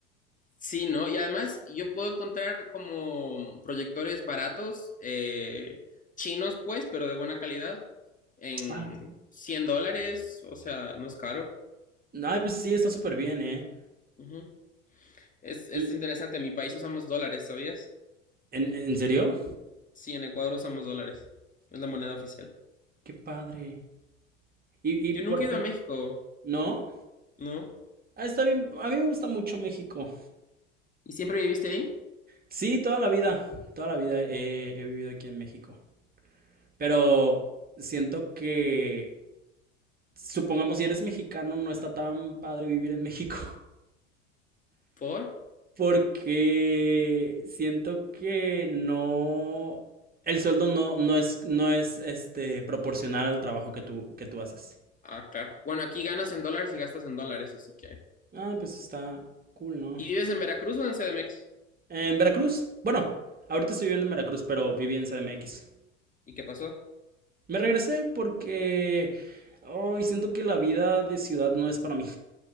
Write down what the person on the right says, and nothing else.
Ah,
Ay, pues sí, está súper bien, ¿eh?
Y,
¿en, en serio?
Qué padre. Y, y por
ejemplo,
¿no?
Ah, está bien. A mí me gusta mucho México.
Sí, toda la vida. Toda la vida he, he vivido aquí en México. Pero siento que supongamos si eres mexicano, no está tan padre vivir en México.
<laughs> Porque siento que no. El sueldo no, no es, no es este, proporcional al trabajo que tú, que tú haces.
Ah, pues está cool, ¿no?
En Veracruz. Bueno, ahorita estoy viviendo en Veracruz, pero viví en CDMX.
Me regresé porque. Ay, siento que la vida de ciudad no es para mí.